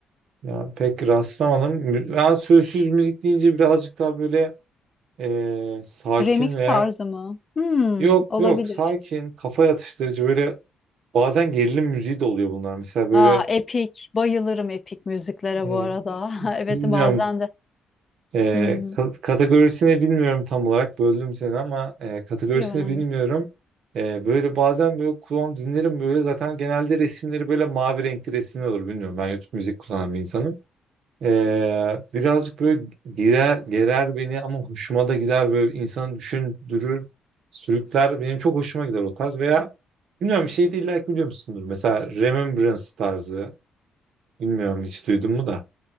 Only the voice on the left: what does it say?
Remix
tarzı mı? Hmm,
olabilir.
Aa, Epic. Bayılırım Epic müziklere
bu arada. <laughs> Evet
bazen de.
Hı hı.
İyi önemli.